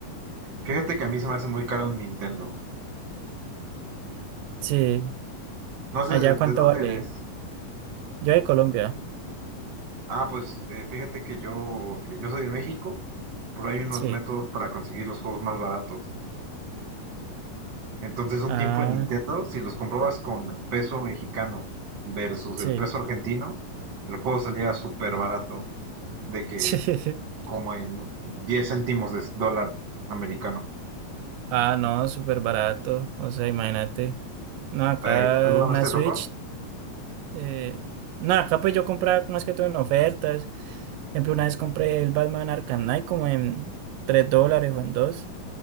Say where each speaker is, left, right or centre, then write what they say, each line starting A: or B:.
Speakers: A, on the right; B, on the right.
A: Fíjate que a mí se me hace muy caro un Nintendo.
B: Sí,
A: No sé,
B: allá
A: ¿de, de
B: cuánto
A: dónde
B: vale.
A: eres?
B: Yo de Colombia.
A: Ah, pues eh, fíjate que yo, eh, yo soy de México, pero hay unos
B: Sí.
A: métodos para conseguir los juegos más baratos. Entonces, un
B: Ah,
A: tiempo en Nintendo, si los comprobas con peso mexicano versus
B: sí.
A: el peso argentino, el juego salía súper barato, de que
B: <laughs>
A: como
B: Sí.
A: en 10 céntimos de dólar americano.
B: Ah, no, súper barato. O sea, imagínate. No, acá
A: Eh, ¿alguna
B: una
A: vez te
B: Switch.
A: tocó?
B: eh, no, acá pues yo compraba más que todo en ofertas. Por ejemplo, una vez compré el Batman Arkham Knight como en 3 dólares o en dos